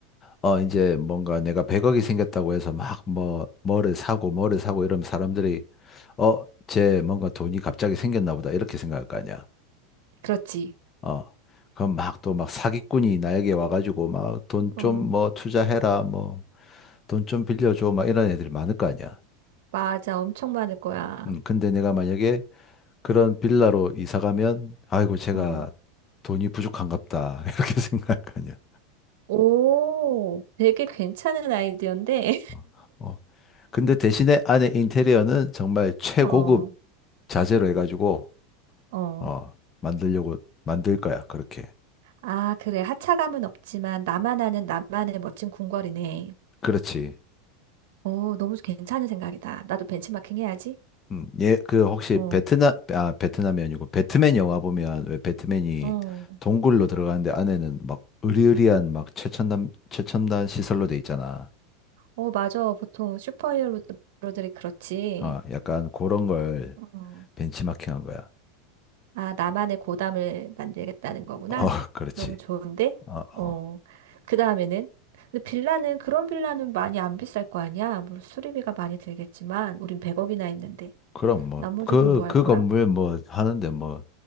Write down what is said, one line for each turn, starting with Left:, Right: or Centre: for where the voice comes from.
Left: 어, 이제 뭔가 내가 100억이 생겼다고 해서 막 뭐, 뭐를 사고 뭐를 사고 이러면 사람들이 어, 쟤 뭔가 돈이 갑자기 생겼나 보다 이렇게 생각할 거 아니야.
Right: 그렇지.
Left: 어, 그럼 막 또 막 사기꾼이 나에게 와가지고 막 돈
Right: 어,
Left: 좀 뭐 투자해라 뭐 돈 좀 빌려줘 막 이런 애들이 많을 거 아니야.
Right: 맞아. 엄청 많을 거야.
Left: 음, 근데 내가 만약에 그런 빌라로 이사 가면, 아이고, 제가
Right: 어.
Left: 돈이 부족한갑다. <laughs> 이렇게 생각하냐.
Right: 오, 되게 괜찮은 아이디어인데?
Left: 어. 어. 근데 대신에 안에 인테리어는 정말 최고급
Right: <laughs> 어.
Left: 자재로 해가지고,
Right: 어.
Left: 어, 만들려고 만들 거야. 그렇게.
Right: 아, 그래. 하차감은 없지만 나만 아는 나만의 멋진 궁궐이네.
Left: 그렇지.
Right: 어, 너무 괜찮은 생각이다. 나도 벤치마킹 해야지.
Left: 음, 예, 그 혹시
Right: 어,
Left: 베트남, 아, 베트남이 아니고 배트맨 영화 보면 왜 배트맨이
Right: 어,
Left: 동굴로 들어가는데 안에는 막 으리으리한 막 최첨단, 최첨단 시설로 돼 있잖아.
Right: 어, 맞아. 보통 슈퍼히어로들이 그렇지.
Left: 어, 약간 그런 걸
Right: 어.
Left: 벤치마킹한 거야.
Right: 아, 나만의 고담을 만들겠다는 거구나.
Left: 어, <laughs> 그렇지.
Right: 너무 좋은데?
Left: 어, 어.
Right: 어. 그 다음에는? 근데 빌라는, 그런 빌라는 많이 안 비쌀 거 아니야? 물론 수리비가 많이 들겠지만, 우린 100억이나 했는데.
Left: 그럼 뭐,
Right: 나머지
Left: 그,
Right: 돈 뭐 할
Left: 그
Right: 거야?
Left: 건물 뭐 하는데 뭐,